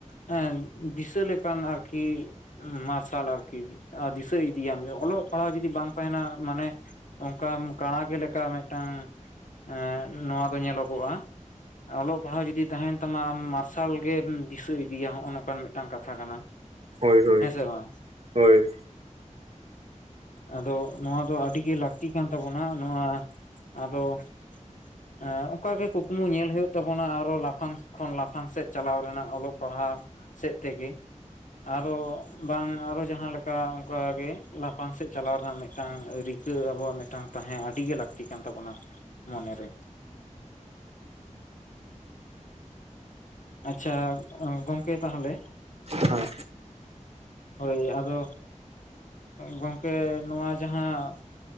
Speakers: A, on the left (about 75°); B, on the right (about 50°).
A: ᱦᱮᱸ ᱫᱤᱥᱟᱹ ᱞᱮᱠᱟᱱ ᱟᱨᱠᱤ, ᱢᱟᱨᱥᱟᱞ ᱟᱨᱠᱤ ᱫᱤᱥᱟᱹ ᱤᱫᱤᱭᱟᱢ ᱚᱞᱚᱜ ᱯᱟᱲᱦᱟᱣ ᱡᱩᱫᱤ ᱵᱟᱝ ᱛᱟᱦᱮᱱᱟ ᱢᱟᱱᱮ ᱚᱱᱠᱟᱢ ᱠᱟᱸᱬᱮ ᱜᱮ ᱞᱮᱠᱟᱢ ᱢᱤᱫᱴᱟᱝ ᱮ ᱱᱚᱣᱟ ᱫᱚ ᱧᱮᱞᱚᱜᱚᱜᱼᱟ᱾ ᱚᱞᱚᱜ ᱯᱟᱲᱦᱟᱣ ᱡᱩᱫᱤ ᱛᱟᱦᱮᱱ ᱛᱟᱢᱟ ᱟᱢ ᱢᱟᱨᱥᱟᱞ ᱜᱮᱢ ᱫᱤᱥᱟᱹ ᱤᱫᱤᱭᱟ ᱱᱚᱜᱼᱚᱭ ᱱᱚᱝᱠᱟᱱ ᱢᱤᱫᱴᱟᱝ ᱠᱟᱛᱷᱟ ᱠᱟᱱᱟ᱾ <unintelligible>
B: ᱦᱳᱭ ᱦᱳᱭ,
A: ᱦᱮᱸ ᱥᱮ ᱵᱟᱝ
B: ᱦᱳᱭ᱾
A: ᱟᱫᱚ ᱱᱚᱣᱟ ᱫᱚ ᱟᱹᱰᱤᱜᱮ ᱞᱟᱹᱠᱛᱤ ᱠᱟᱱ ᱛᱟᱵᱚᱱᱟ, ᱱᱚᱣᱟ ᱟᱫᱚ <unintelligible> ᱚᱱᱠᱟ ᱜᱮ ᱠᱩᱠᱢᱩ ᱧᱮᱞ ᱦᱩᱭᱩᱜ ᱛᱟᱵᱚᱱᱟ ᱟᱨᱚ ᱞᱟᱯᱷᱟᱝ ᱠᱷᱚᱱ ᱞᱟᱯᱷᱟᱝ ᱥᱮᱫ ᱪᱟᱞᱟᱣ ᱨᱮᱱᱟᱜ, ᱚᱞᱚᱜ ᱯᱟᱲᱦᱟᱣ᱾ ᱥᱮᱫ ᱛᱮᱜᱮ ᱟᱨᱚ ᱵᱟᱝ ᱟᱨᱚ ᱡᱟᱦᱟᱸ ᱞᱮᱠᱟ ᱚᱱᱠᱟᱜᱮ ᱞᱟᱯᱷᱟᱝ ᱥᱮᱫ ᱪᱟᱞᱟᱣ ᱨᱮᱱᱟᱜ ᱢᱤᱫᱴᱟᱝ ᱨᱤ ᱠᱟᱹ ᱟᱵᱚᱣᱟᱜ ᱢᱤᱫᱴᱟᱝ ᱛᱟᱦᱮᱸ ᱟᱹᱰᱤ ᱜᱮ ᱞᱟᱹᱠᱛᱤ ᱠᱟᱱ ᱛᱟᱵᱚᱱᱟ ᱢᱚᱱᱮ ᱨᱮ᱾ ᱟᱪᱪᱷᱟ ᱜᱚᱝᱠᱮ ᱛᱟᱦᱚᱞᱮ,
B: ᱦᱮᱸ
A: ᱦᱳᱭ ᱟᱫᱚ ᱜᱚᱝᱠᱮ ᱱᱚᱣᱟ ᱡᱟᱦᱟᱸ